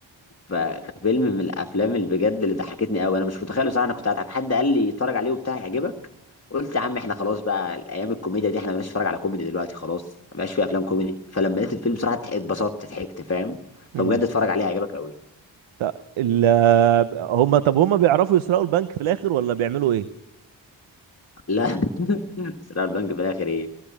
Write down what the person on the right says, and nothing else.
امم
ط- ال هم طب هم بيعرفوا يسرقوا البنك في الاخر ولا بيعملوا ايه